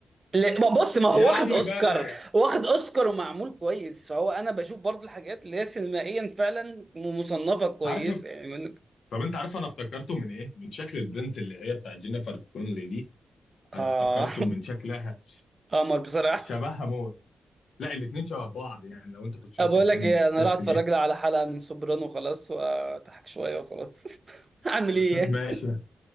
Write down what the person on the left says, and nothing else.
يا عم
بقى يا
عارف
طب انت عارف انا افتكرته من ايه من شكل البنت اللي هي بتاعت جينيفر كونلي دي انا
افتكرته من شكلها ش-
ش- شبهها موت لا الاتنين شبه بعض يعني لو انت كنت شفت
الفيلم
الست
اليك
<laughs>
ماشي